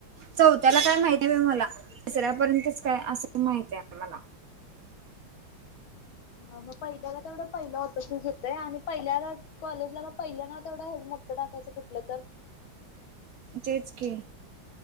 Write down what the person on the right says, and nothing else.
चौथ्याला काय माहिती आहे म मला तिसऱ्यापर्यंतच काय अस माहिती आहे मला
तेेच के